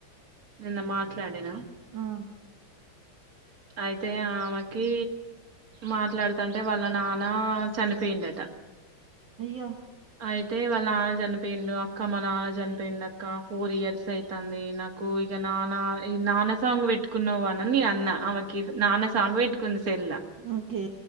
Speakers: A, on the right; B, on the right.
A: నిన్న మాట్లాడినా
B: ఆ
A: అయితే ఆమెకి మాట్లాడుతంటే వాళ్ళ నాన్న చనిపోయిండట
B: అయ్యో
A: అయితే వాళ్ళ నాన్న చనిపోయిండు అక్క మా నాన్న చనిపోయిండు అక్క ఫోర్ ఇయర్స్ అయితంది నాకు ఇగ నానా ఈ నాన్న సాంగ్ పెట్టుకున్నావు అననీ అన్న ఆమెకి నాన్న సాంగ్ పెట్టుకుంది సెల్ల్‌ల
B: ఓకే